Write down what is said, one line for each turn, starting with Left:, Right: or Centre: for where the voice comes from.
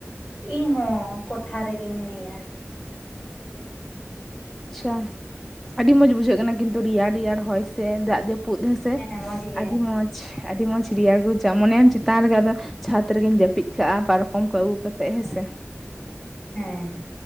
Left: ᱤᱧ ᱦᱚᱸ ᱠᱚᱴᱷᱟ ᱨᱮᱜᱮ ᱢᱤᱱᱟᱹᱧᱟ᱾
Centre: ᱟᱪᱷᱟ ᱟᱹᱰᱤ ᱢᱚᱸᱡᱽ ᱵᱩᱡᱷᱟᱹᱜ ᱠᱟᱱᱟ ᱠᱤᱱᱛᱩ ᱨᱮᱭᱟᱲ ᱨᱮᱭᱟᱲ ᱦᱚᱭ ᱥᱮ ᱫᱟᱜ ᱡᱟᱹᱯᱩᱜ ᱡᱟᱯᱩᱫ ᱦᱮᱸᱥᱮ
Left: ᱦᱮᱸ ᱢᱚᱸᱡᱽ ᱜᱮ
Centre: ᱟᱹᱰᱤ ᱢᱚᱸᱡᱽ ᱟᱹᱰᱤ ᱢᱚᱸᱡᱽ ᱨᱮᱭᱟᱲ ᱵᱩᱡᱟᱹᱜᱼᱟ ᱢᱚᱱᱮᱭᱟᱢ ᱪᱮᱛᱟᱱ ᱨᱮᱜᱮ ᱟᱫᱚ ᱪᱷᱟᱸᱫᱽ ᱨᱮᱜᱤᱧ ᱡᱟᱹᱯᱤᱫ ᱠᱟᱜᱼᱟ ᱯᱟᱨᱠᱚᱢ ᱠᱚ ᱟᱹᱜᱩ ᱠᱟᱛᱮᱫ ᱦᱮᱸᱥᱮ
Left: ᱦᱮᱸᱻ